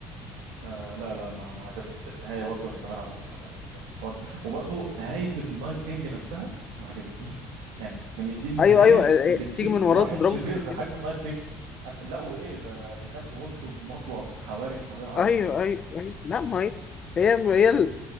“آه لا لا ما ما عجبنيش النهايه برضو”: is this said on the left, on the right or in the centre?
Right